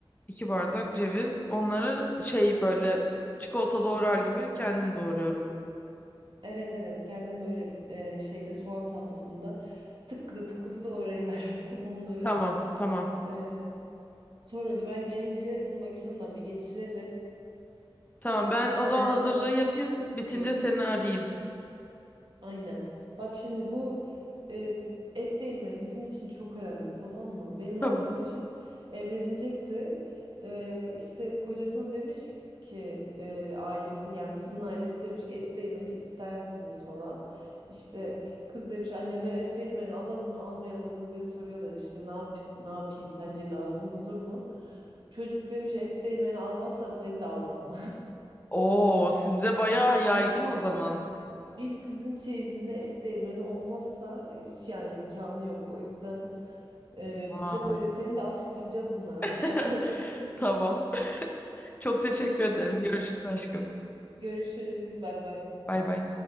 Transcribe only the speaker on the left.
iki bardak ceviz. Onları şey böyle çikolata doğrar gibi kendim doğruyorum.
Tamam, tamam.
Tamam ben
o zaman
hazırlığı yapayım. Bitince
seni arayayım.
<laughs>
Tamam.
Oo, sizde bayağı yaygın
o zaman.
Vay.
<laughs>
Tamam. Çok teşekkür
ederim.
Görüşürüz aşkım.
Bay bay.